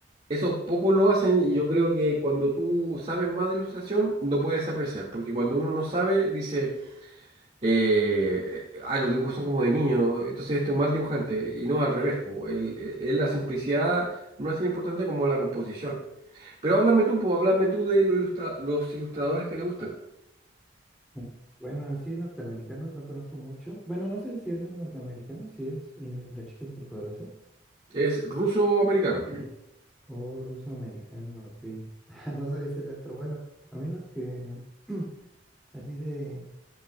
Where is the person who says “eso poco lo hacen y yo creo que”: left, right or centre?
Right